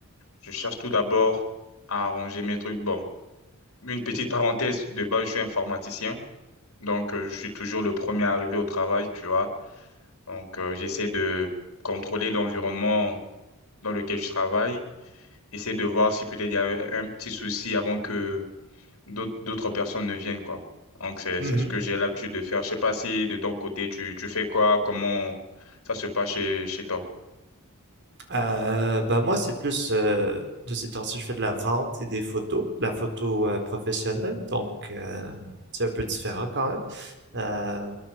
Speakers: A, on the left; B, on the right.
A: je cherche tout d'abord à arranger mes trucs. Bon, une petite parenthèse, de base, je suis informaticien, donc euh, je suis toujours le premier arrivé au travail, tu vois. Donc, euh, j'essaie de contrôler l'environnement dans lequel je travaille, essayer de voir si peut-être il y a un un petit souci avant que d'autres d'autres personnes ne viennent, quoi. Donc, c'est,
B: Mhm.
A: c'est ce que j'ai l'habitude de faire. Je sais pas si de ton côté, tu, tu fais quoi, comment ça se passe chez, chez toi.
B: Euh, ben moi, c'est plus euh, de ces temps-ci, je fais de la vente et des photos, de la photo euh, professionnelle, donc euh, c'est un peu différent quand même. Euh,